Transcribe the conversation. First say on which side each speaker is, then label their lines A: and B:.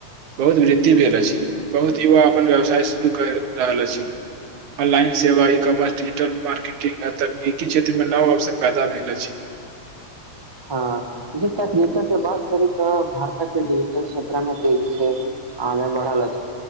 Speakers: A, on the right; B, on the right.
A: बहुत वृद्धि भेल अछि बहुत युवा अपन व्यवसाय शुरू करि रहल अछि ऑनलाइन सेवा ई कमर्स डिजिटल मार्केटिंग तकनीकी क्षेत्रमे नव अवसर पैदा भेल अछि
B: हँ ज तकनीकक बात करी तऽ भारतक डिजिटल क्षेत्र में तेजी से आगे बढ़अ